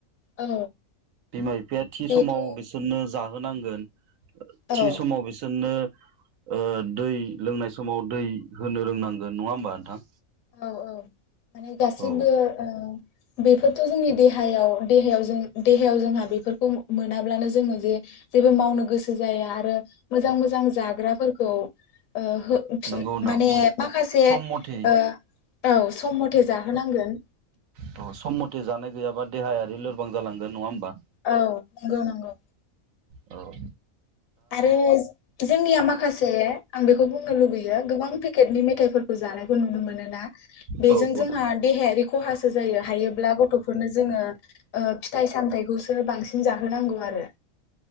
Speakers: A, on the left; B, on the right.
A: औ
B: बिमा बिफाया थि
A: बेथ'
B: समाव बिसोरनो जा होनांगोन।
A: औ
B: थि समाव बिसोरनो ओ दै लोंनाय समाव दै होनो रोंनांगोन नङा होमबा नोंथां?
A: औ औ। मानि गासिबो
B: औ
A: ओ बेफोरथ' जोंनि देहायाव देहायाव जों देहायाव जोंहा बेफोरखौ मोन मोनाब्लानो जोङो जे जेबो मावनो गोसो जाया आरो मोजां मोजां जाग्राफोरखौ ओ हो फिन
B: नंगौ
A: माने
B: नोंथां
A: माखासे
B: सम मथे
A: ओ औ सम मत मथे जाहोनांगोन।
B: थह सम मथे जानाय गैयाबा देहाया ओ लोरबां जालांगोन नङा होमबा।
A: औ नंगौ नंगौ।
B: औ
A: आरो जोंनिया माखासे आं बेखौ बुंनो लुुबैयो गोबां पेकेटनि मेथाइफोरखौ जानायखौ नुनो मोन‌ मोनोना बेजों
B: औ नोंथां
A: जोंहा देहायारि खहासो जायो हायोब्ला गथ'फोरनो जोङो ओ फिथाइ सामथाइखौसो बांसिन जाहोनांगौ आरो।